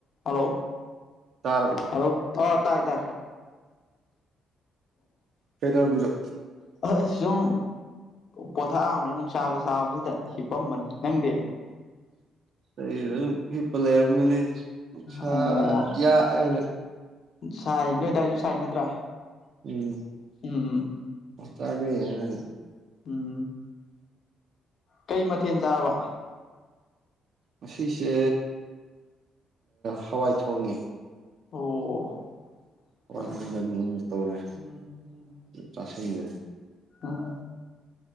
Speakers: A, on the left (about 60°); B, on the right (about 65°).
A: hello
B: ꯇꯥꯔꯕꯣ
A: hello ꯑ ꯇꯥꯏ ꯇꯥꯏ
B: ꯀꯩꯗꯔꯝꯃꯤꯗꯣ
A: ꯑꯁ ꯁꯨꯝ ꯄꯣꯊꯥꯝꯕꯅꯤ ꯅꯨꯡꯁꯥꯒ ꯁꯥꯕꯁꯤꯗ ꯍꯤꯞꯄꯝꯕꯅꯤ ꯅꯪꯗꯤ
B: ꯑꯩꯝ ꯍꯤꯄ ꯂꯩꯔꯝꯅꯤꯅꯦ ꯁꯥ
A: ꯑꯣ
B: ꯌꯥꯑꯦꯅ
A: ꯁꯥꯏ ꯅꯣꯏꯗꯥꯏꯁꯨ ꯁꯥꯏ ꯅꯠꯇ꯭ꯔꯥ
B: ꯎꯝ
A: ꯎꯝ
B: ꯃꯗ ꯌꯥꯅ
A: ꯎꯝ ꯀꯩ ꯃꯊꯦꯜ ꯆꯥꯔꯕ
B: ꯃꯁꯤꯁꯦ ꯍꯋꯥꯏ ꯊꯣꯡꯉ
A: ꯑꯣ
B: ꯍꯣꯏ
A: ꯐꯔꯦ
B: ꯅꯪꯒ
A: ꯐꯔꯦ
B: ꯅꯪꯅ ꯇꯧꯔꯦ
A: ꯎꯝ ꯎꯝ
B: ꯆꯥꯁꯤꯟꯁꯦ
A: ꯎꯝ